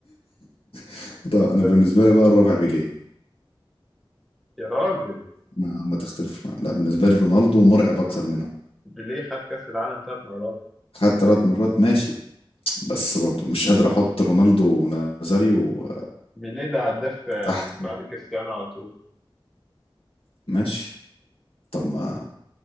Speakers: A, on the left; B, in the centre.
A: <laughs> ده
B: أنت
A: أنا
B: بالنسبة
A: بالنسبة
B: لك
A: لي بقى
B: مين؟
A: الرابع بيليه
B: يا راجل
A: ما ما تختلف مع- لا بالنسبة لي رونالدو مرعب أكتر منهم
B: بيليه خد كأس العالم ثلاث مرات
A: خد تلات مرات ماشي بس برضو مش قادر أحط رونالدو ونازاريو
B: بيليه ده هداف آه،
A: تحت كده
B: بعد كريستيانو على طول
A: ماشي طب ما